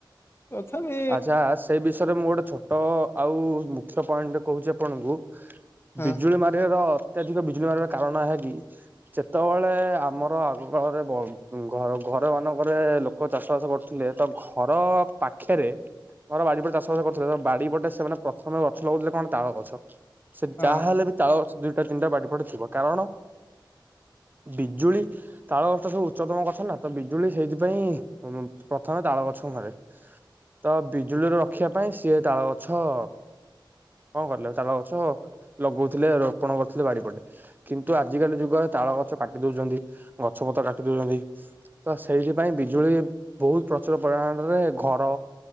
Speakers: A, on the left; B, on the right.
A: ଅଛ ବି
B: ଆଚ୍ଛା ସେଇ ବିଷୟରେ ମୁଁ ଗୋଟେ ଛୋଟ ଆଉ ମୁଖ୍ୟ ପଏଣ୍ଟରେ କହୁଛି ଆପଣଙ୍କୁ
A: ହଁ
B: ବିଜୁଳି ମାରିବାର ଅତ୍ୟଧିକ ବିଜୁଳି ମାରିବାର କାରଣ ଏହା କିି ଯେତେବେଳେ ଆମର ଆଗକାାଳରେ ବ ଘ ଘର ମାନଙ୍କରେ କ ଚାଷ ବାସ କରୁଥିଲେ ତ ଘର ପା ପାଖରେ ମୋର ବାଡ଼ିପଟେ ଚାଷବାସ କରୁଥିଲେ ତ ବାଡି ପଟେ ସେମାନେ ପ୍ରଥମେ ଗଛ ଲଗାଉଥିଲେ କଣ ତାଳ ଗଛ ସେ
A: ହଁ
B: ଯାହାହେଲେ ବି ତାଳ ଗଛ ଦିଇଟା ତିନିଟା ବାଡ଼ି ପଟେ ଥିବ କାରଣ ବିଜୁଳି ତାଳ ଗଛ ତ ସବୁ ଉଚ୍ଚତମ ଗଛ ନା ତ ବିଜୁଳି ସେଇଥିପାଇଁ ଉ ପ୍ରଥମେ ତାଳ ଗଛ ମରେ ତ ବିଜୁଳିରୁ ରଖିବା ପାଇଁ ସିଏ ତାଳ ଗଛ କଣ କରିଲ ତାଲ ଗଛ ଲଗଉଥିଲେ ରୋପଣ କରୁଥିଲେ ବାଡି ପଟେ କିନ୍ତୁ ଆଜିକାଲି ଯୁଗରେ ତାଳ ଗଛ କାଟି ଦଉଛନ୍ତି ଗଛପତ୍ର କାଟି ଦଉଛନ୍ତି ତ ସେଇଥିପାଇଁ ବିଜୁଳି ବହୁତ ପ୍ରଚୁର ପରିମାଣରେ ଘର